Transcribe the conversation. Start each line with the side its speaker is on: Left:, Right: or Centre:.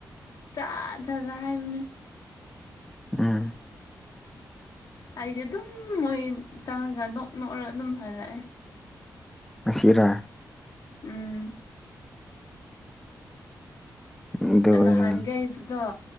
Left: ꯖꯥ ꯖꯥꯠ ꯖꯥꯠ ꯍꯥꯏꯕꯅꯦ
Centre: ꯎꯝ
Left: ꯑꯩꯖꯨ ꯑꯗꯨꯝ ꯃꯣꯏ ꯆꯪꯑꯥꯒ ꯅꯣꯛ ꯅꯣꯛꯔꯥꯒ ꯑꯗꯨꯝ ꯍꯟꯂꯛꯑꯦ
Centre: ꯑꯁꯤꯔꯥ
Left: ꯎꯝ
Centre: ꯑꯗꯨ ꯑꯣꯏꯒꯅꯤ
Left: ꯅꯍꯥꯟꯒꯩꯗꯣ